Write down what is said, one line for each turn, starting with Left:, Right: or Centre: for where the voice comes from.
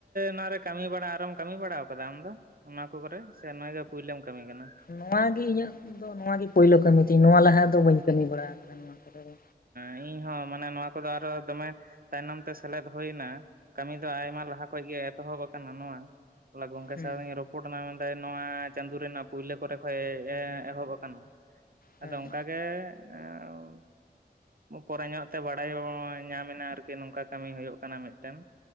Right: ᱱᱚᱣᱟᱨᱮ ᱠᱟᱹᱢᱤ ᱵᱟᱲᱟ ᱟᱨᱚᱢ ᱠᱟᱹᱢᱤ ᱵᱟᱲᱟᱣ ᱠᱟᱫᱟ ᱟᱢ ᱫᱚ? ᱚᱱᱟ ᱠᱚ ᱠᱚᱨᱮ ᱥᱮ ᱱᱚᱣᱟ ᱜᱮ ᱯᱩᱭᱞᱟᱹᱢ ᱠᱟᱹᱢᱤ ᱠᱟᱱᱟ?
Left: ᱱᱚᱣᱟ ᱜᱤ ᱤᱧᱟᱹᱜ ᱫᱚ ᱱᱚᱣᱟ ᱱᱚᱣᱟ ᱜᱮ ᱯᱳᱭᱞᱳ ᱠᱟᱹᱢᱤ ᱛᱤᱧ ᱱᱚᱣᱟ ᱞᱟᱦᱟ ᱫᱚ ᱵᱟᱹᱧ ᱠᱟᱹᱢᱤ ᱵᱟᱲᱟ ᱟᱠᱟᱫᱟ ᱱᱚᱣᱟ ᱠᱚᱨᱮ ᱫᱚ᱾
Right: ᱩᱸᱻᱤᱧ ᱦᱚᱸ ᱢᱟᱱᱮ ᱱᱚᱣᱟ ᱠᱚᱫᱚ ᱟᱨᱚ ᱫᱚᱢᱮᱼᱼ ᱛᱟᱭᱱᱚᱢ ᱛᱮ ᱥᱮᱞᱮᱫᱽ ᱦᱩᱭᱱᱟ ᱠᱟᱹᱢᱤ ᱫᱚ ᱟᱭᱢᱟ ᱞᱟᱦᱟ ᱠᱷᱚᱡ ᱜᱮ ᱮᱛᱚᱦᱚᱵ ᱟᱠᱟᱱᱟ ᱱᱚᱣᱟ᱾ ᱦᱚᱞᱟ ᱜᱚᱝᱠᱮ
Left: ᱦᱩᱸ
Right: ᱥᱟᱣ ᱤᱧ ᱨᱚᱯᱼᱼ ᱠᱳᱰᱱᱟ ᱢᱮᱱᱫᱟᱭ ᱱᱚᱣᱟᱻ ᱪᱟᱸᱫᱳ ᱨᱮᱱᱟᱜ ᱯᱳᱭᱞᱳ ᱠᱚᱨᱮ ᱠᱷᱚᱡ ᱮᱦᱚᱵ ᱟᱠᱟᱱᱟ,
Left: ᱦᱮᱸ
Right: ᱟᱫᱚ ᱚᱝᱠᱟ ᱜᱮᱼᱼ ᱦᱮᱻ ᱮᱸᱻᱣ ᱯᱚᱨᱮ ᱧᱚᱜ ᱛᱮ ᱵᱟᱲᱟᱭᱚᱸ ᱧᱟᱢ ᱟᱨᱠᱤ ᱱᱚᱝᱠᱟ ᱠᱟᱹᱢᱤ ᱦᱩᱭᱩᱜ ᱠᱟᱱᱟ ᱢᱤᱫᱛᱮᱱ᱾